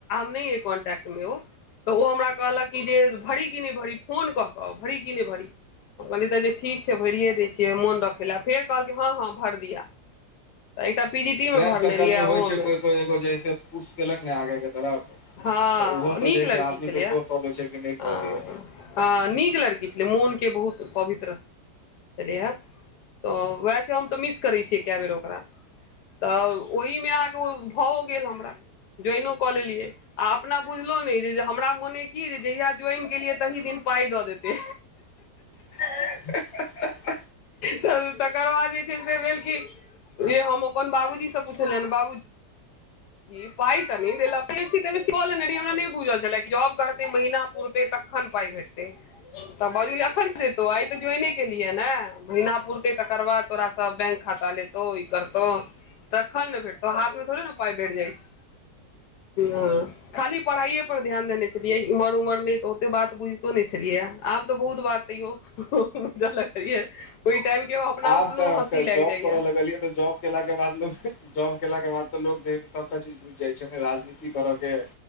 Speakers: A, on the left; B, on the left.
A: नइ य कोनटेक्ट <unintelligible> तऽ ओ हमरा कहलक कि जे भरी कि नइ भरी फोन कऽ कऽ भरी कि नइ भरी हम कहलियै तऽ जे ठीक छै भरिए दै छियै मोन रखय लए फेर कहलकै हँ हँ भरि दिया तऽ एकटा पी जी टी
B: फ्रेंड
A: मे भरने
B: सर्कल
A: रहियै आ
B: होइ
A: ओहो
B: छै
A: मे
B: कोइ कोइ एगो जे से उस क लक नहि आगे के तरफ
A: हँ
B: तऽ ओहो से
A: नीक
B: जे है
A: लड़की
B: से आदमी
A: छलै
B: के
A: य
B: जोश अबै छै कि नहि
A: हँ
B: कहलियै
A: आ नीक लड़की छले मोन के बहुत पवित्र छलै यै ह तऽ ओह छै हम तऽ मिस करै छियै कए बेर ओकरा तऽ ओहिमे अहाँके भाओ गेल हमरा ज्वाइनो कऽ लेलियै आ अपना बुझलहुँ नइ जे हमरा मने की जे जहिया ज्वइन केलियै तहि दिन पाइ दऽ देतै
B: <inaudible>
A: त तकर बाद जे छै से भेल की जे हम अपन बाबूजी से पुछलियनि बाबूजी पाइ तऽ नइ देलक <unintelligible> हमरा नहि बुझल छल जॉब करते महीना पुरतै तखन पाइ भेटतै तऽ बजलै एखन की हेतौ आइ तऽ ज्वाइने केलिऐ न महना पुरते तकर बाद तोरा सँ बैंक खाता लेतौ तो ई करतौ तखन न भेटतौ हाथ मे थोड़े न पाइ भेट जाय छै हँ खाली पढ़ाइए पर ध्याने देने छलियै इम्हर उमहर नहि तऽ ओते बात बुझितो नहि छलियए आब तऽ बहुत बात तयो <inaudible> करलै ओहि टाइम के अपना
B: आब
A: अपनो
B: तऽ
A: हँसी लागि
B: जॉब
A: जाइये
B: करऽ लगलियै तऽ जॉब केला के बाद मे कोई जॉब केला के बाद तऽ लोक जे ह सबटा चीज बुझि जाइ छै ने राजनीति करऽ के